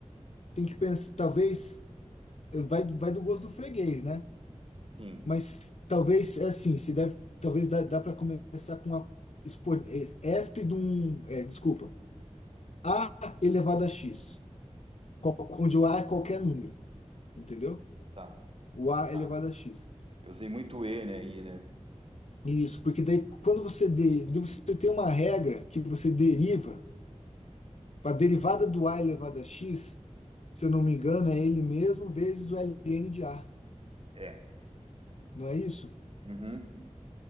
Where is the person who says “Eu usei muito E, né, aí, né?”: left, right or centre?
Right